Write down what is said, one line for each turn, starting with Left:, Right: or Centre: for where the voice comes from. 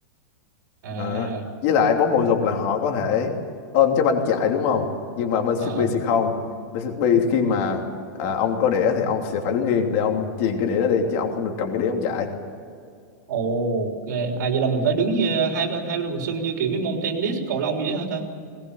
Right: À,
Left: Đó. Với lại bóng bầu dục là họ có thể ôm trái banh chạy đúng không? Nhưng mà bên Frisbee
Right: ờ.
Left: thì không. Bên Frisbee thì khi mà à, ông có đĩa thì ông sẽ phải đứng yên để ông chuyền cái đĩa đó đi chứ ông không được cầm cái đĩa ông chạy.
Right: Ồ, ok. À vậy là mình phải đứng như hai hai bên vòng sân như kiểu mấy môn tennis, cầu lông vậy hả ta?